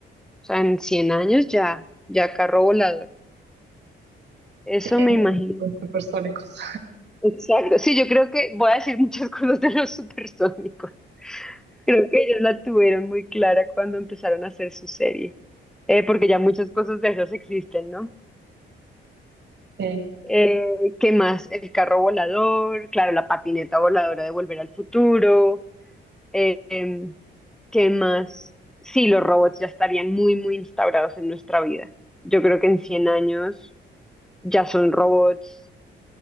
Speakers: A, in the centre; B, on the right (about 60°).
A: O sea, en 100 años ya, ya carro volador. Eso
B: Sí,
A: me imagino.
B: los supersónicos.
A: Exacto. Sí, yo creo que voy a decir muchas <laughs> cosas de los supersónicos. Creo que ellos la tuvieron muy clara cuando empezaron a hacer su serie. Eh, porque ya muchas cosas de esas existen, ¿no?
B: <laughs>
A: Eh, ¿qué más? El carro volador, claro, la patineta voladora de Volver al Futuro. Eh, em, ¿qué más? Sí, los robots ya estarían muy, muy instaurados en nuestra vida. Yo creo que en 100 años ya son robots.